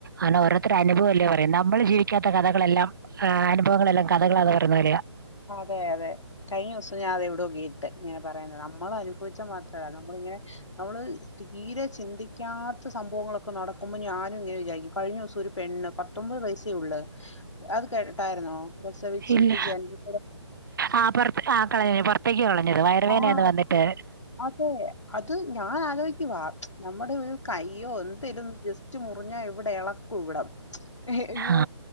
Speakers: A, on the right; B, on the left.
A: ആണ് ഓരോരുത്തരനുഭവം അല്ലേ പറയും നമ്മൾ ജീവിക്കാത്ത കഥകളല്ലാംനുവം ഭവങ്ങളെല്ല കഥകളാെ പറയുന്ന പോലെയാ
B: അതെ അതെ കഴിഞ്ഞ ദിസം ഞാൻതത് എവിടെയക്കെ ഇട്ട് ഇങ്ങനെ പറയുന്നത് നമ്മള ചോയിച്ചാ മാത്രല്ല നമ്മള ഇങ്ങനെ നമ്മള് തീരെ ചിന്തിക്കാത്ത സംഭവങ്ങളൊക്കെ നടക്കുമ്പോ ഞാനും ഇങ്ങനെ വിചാരിക്കും കഴിഞ്ഞ ദിസം ഒരു പെണ്ണ് പത്തൊമ്പത് വയസേ ഉള്ള അത് കേട്ടട്ടായിരുന്നോ പ്രസവെച്ചിട്ട്
A: ഇല്ല
B: ജനലി
A: ആ പുറത്ത് ആ കളഞ്ഞ പുറത്തേക്ക് കളഞ്ഞത് വയറവേനയാന്ന്
B: ആ
A: വന്നിട്ട്
B: അതെ അത് ഞാൻ ആലോയിക്കവാ നമ്മുടെ ഒരു കയ്യോ എന്തേലും ജസ്റ്റ് ഒറ്റ് മുറിഞ്ഞാൽ ഇവിടെ ഇളക്കും ഇവിടം അയ്യോ
A: ആ